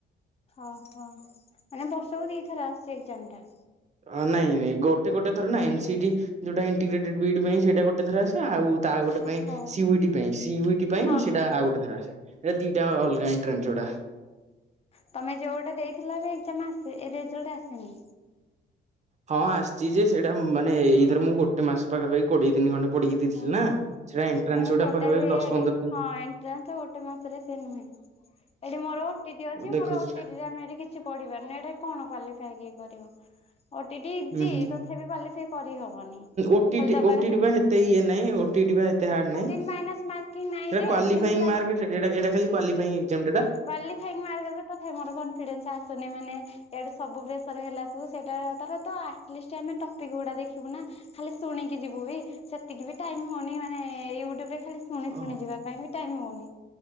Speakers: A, on the left (about 30°); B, on the right (about 35°).
A: ଓହୋ। ମାନେ ବର୍ଷକୁ ଦିଥର ଆସୁଚି ଏକ୍ଜାମ୍ ଟା?
B: ଅ ନାଇଁ ଗୋଟେ ଗୋଟେ ଥର ଏ ନ୍ସି ଡି ଯୋଉଟା ଇଣ୍ଗିକେଟେ ଡ୍ ବି ଡି ପାଇଁ ସେଇଟା ଗୋଟେ ଥର ଆସେ ଆଉ ତା ଗୋଟେ
A: ଓହୋ
B: ପାଇଁ ସି-ୟୁ-ଟି ପାଇଁ ସି-ୟୁ-ଟି ପାଇଁ
A: ହଁ
B: ସେଇଟା
A: ହଁ।
B: ଆଉ ଗୋଟେ ଥର ଆସେ। ଏ ଦିଟା
A: ହଁ
B: ଅଲଗା ଏଣ୍ଟ୍ରାନ୍ସ ଗୁଡା।
A: ତମେ ଯୋଉଟା ଦେଇଥିଲା ଏବେ ଏକ୍ଜାମ ଆସେ ଏ ରେଜଲ୍ଟ ଆସେନି
B: ହଁ ଆସିଛି ଯେ ସେଇଟା ମାନେ ଏଇଥର ମୁଁ ଗୋଟେ ମାସ ପାଖାପାଖି କୋଡିଏ ଦିନ ଖଣ୍ଡେ ପଡିକି ଦେଇଥିଲି
A: ଓହୋ।
B: ନା ସେଇଟା ଏଣ୍ଟ୍ରାନ୍ସ
A: ନାଇଁ
B: ଗୁଡା
A: ସେଟା
B: ପାଖାପାଖି
A: ବି
B: ଦଶ
A: ଏଟା
B: ପନ୍ଦର ଦିନ
A: ହଁ ଏଣ୍ଟ୍ରାନ୍ସ ଗୋଟେ ମାସରେ ସେ ନୁହେଁ। ଏଠି ମୋର ଓଟିଟି ଅଛି
B: ଦେଖୁଥିଲା
A: ମୋର ଓଟିଟିରେ ଆମେ ଏଠି କିଛି ପଢିପାରୁନି ନା ଏଟା କଣ କ୍ୟାଲିଫାଇଏ କରିବ ଓ-ଟି-ଇଟି
B: ହୁଁ ହୁଁ।
A: ଇଯି ତ ବି କ୍ୱାଲିଫାଇ କରିହବନି।
B: ଓଟିଟି
A: ଖାଲି ଦବା
B: ଓଟିଟି
A: କଥା
B: ବା ହେତେ ଇଏ ନାଇଁ ଓଟିଟି ବା ଏତେ ହାଡ୍ ନାହିଁ,
A: ଓଟିଟି ମାଇନସ ମାର୍କିଂ ନାଇଁ
B: ସେଟା
A: ଯେ
B: କ୍ୱାଲିଫ୍ଲାଏ
A: କିନ୍ତୁ ତାର
B: ମାର୍କ ଏ ଏଟା କ୍ବାଲିଫାଇଙ୍ଗ ମାର୍କଟା
A: କ୍ୱାଲିଫାଇ ମାର୍କ ତଥାପି ମୋର କନଫିଡେନ୍ସ ଆସୁନି ମାନେ ଏଇଆଡୁ ସବୁ ପ୍ରେସର ହେଲା ସବୁ ସେଇଟା ତାର ତ ଆଟ ଲିଷ୍ଟ ଆମେ ଟପିକ ଗୁଡା ଦେଖିବୁ ନା। ଖାଲି ଶୁଣିକି ଯିବୁ ବି ସେତିକି ବି ଟାଇମ୍ ହଉନି ମାନେ ୟୁଟ୍ୟୁବ ରେ ଖାଲି ଶୁଣି
B: ଓହ।
A: ଶୁଣି ଯିବା ପାଇଁ ଟାଇମ୍ ହଉନି।